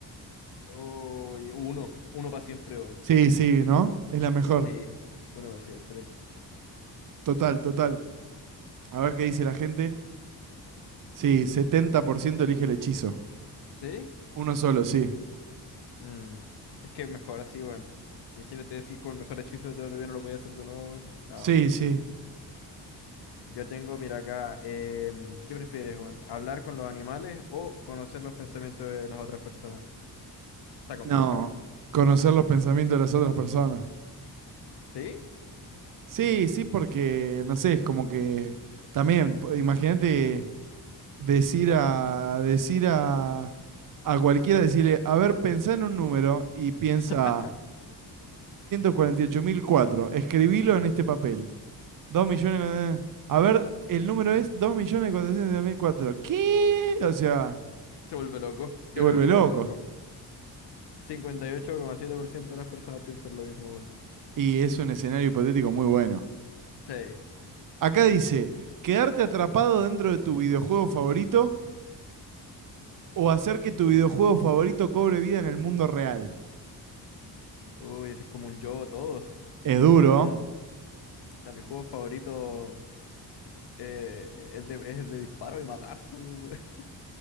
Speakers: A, on the left; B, on the right.
A: Oh, y uno, uno para siempre, weón.
B: Sí, sí, ¿no? Es la mejor.
A: Sí, uno para siempre.
B: Total, total. A ver qué dice la gente. Sí, 70% elige el hechizo.
A: ¿Sí?
B: Uno solo, sí.
A: Mm, Es que mejor así, weón. Imagínate decir con el mejor hechizo de todo todavía no lo podía hacer de nuevo, weón. No.
B: Sí, sí.
A: Yo tengo, mira acá, em, ¿qué prefieres, weón? ¿Hablar con los animales o conocer los pensamientos de las otras personas? Está compleja,
B: No,
A: ¿eh?
B: conocer los pensamientos de las otras personas.
A: ¿Sí?
B: Sí, sí, porque no sé, es como que también, po- imagínate decir a decir a, a cualquiera, decirle, a ver, pensá en un número y piensa
A: <laughs>
B: 2.748.004, escribilo en este papel. dos millones, eh, a ver, el número es dos millones cuatrocientos setenta y ocho mil cuatro, ¿Qué? O sea,
A: Se vuelve loco. Yo
B: te vuelve
A: creo que se
B: loco.
A: vuelve loco. cincuenta y ocho coma siete por ciento de las personas piensan lo mismo. weón.
B: Y es un escenario hipotético muy bueno.
A: Sí.
B: Acá dice, quedarte atrapado dentro de tu videojuego favorito o hacer que tu videojuego favorito cobre vida en el mundo real.
A: Uy, ese es como un yo, todos.
B: Es duro.
A: Mm, ta, mi juego favorito eh, es de, es de disparo y matarse, weón. <laughs>